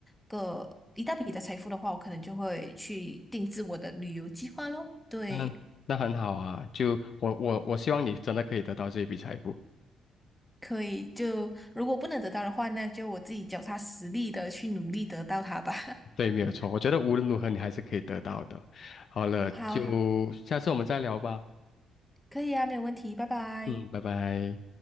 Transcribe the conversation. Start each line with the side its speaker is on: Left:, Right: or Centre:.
Centre: 个一大笔的财富的话，我可能就会去定制我的旅游计划咯。对，
Left: 那那很好啊！就我我我希望你真的可以得到这一笔财富。
Centre: 可以，就如果不能得到的话，那就我自己脚踏实地的去努力得到它吧。
Left: 对，没有错，我觉得无论如何你还是可以得到的。好了，
Centre: <laughs> 好好，
Left: 就下次我们再聊吧。
Centre: 可以啊，没有问题，拜拜。
Left: 嗯，拜拜。